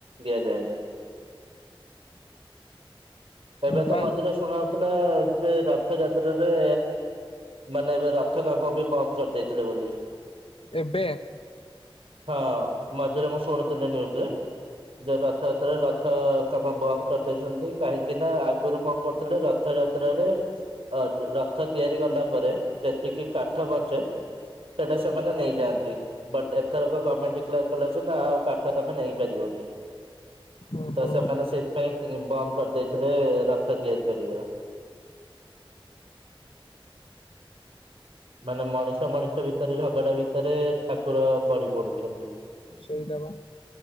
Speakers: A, on the right; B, on the left.
A: ଦିଆଯାଏନି। ଏବେ
B: ହଁ
A: ତ
B: ପା
A: ମଝିରେ ଶୁଣା ହଉଥିଲା ଯେ ରଥଯାତ୍ରାରେ ମାନେ ଏବେ ରଥ କାମ ବି ବନ୍ଦ କରିଦେଇଥିଲେ ବୋଲି।
B: ଏବେ?
A: ହଁ ମଝିରେ ମୁଁ ଶୁଣୁଥିଲି ନିୟୁଜ ରେ। ଯେ ରଥଯାତ୍ରାରେ ରଥ କାମ ବନ୍ଦ କରିଦେଇଚନ୍ତି କାହିଁକି କିନା ଆଗରୁ କଣ କରୁଥିଲେ ରଥଯାତ୍ରାରେ ଅ ରଥ ତିଆରି କଲା ପରେ ଯେତିକି କାଠ ବଞ୍ଚେ ସେଟା ସେମାନେ ନେଇଯାଆନ୍ତି। ବଟ୍ ଏଥରକ ଗମେଣ୍ଟ ଡିକ୍ଳେର କଲା ଜେ ନା ଆଉ କାଠ ତମେ ନେଇପାରିବନି।
B: ଓହୋ
A: ତ ସେମାନେ ସେଇଥିପାଇଁ କଁ ବନ୍ଦ କରିଦେଇଥିଲେ ରଥ ତିଆରି କରିବା। ମାନେ ମଣିଷ ମଣିଷ ଭିତରେ ଝଗଡା ଭିତରେ ଠାକୁର ବଳି ପଡୁଚନ୍ତି।
B: ସେଇଟା ବା।